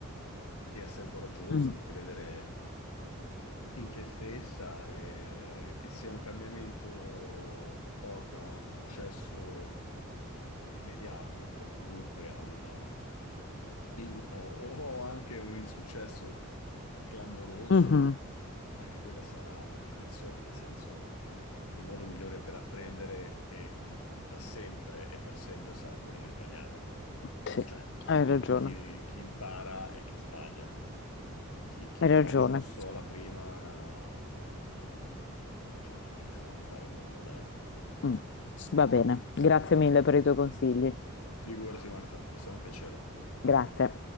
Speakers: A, on the left (about 75°); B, on the left (about 50°).
A: di essere coraggiosa,
B: mm,
A: di credere in te stessa e che sia un cambiamento che porta a un successo immediato o comunque a una, in- o, o anche un insuccesso clamoroso
B: mhm,
A: Anche quella sarà una lezione, nel senso, il modo migliore per apprendere è da sempre e per sempre sarà quello di sbagliare.
B: sì,
A: Cioè, chi,
B: Hai
A: mi-
B: ragione.
A: chi- chi impara è chi sbaglia. Chi, chi
B: hai
A: fa
B: ragione.
A: giusto alla prima non- non- generalmente non impara nulla, dai.
B: Mm, va bene, grazie mille per i tuoi consigli.
A: Figurati, Marta, è stato un piacere.
B: Grazie.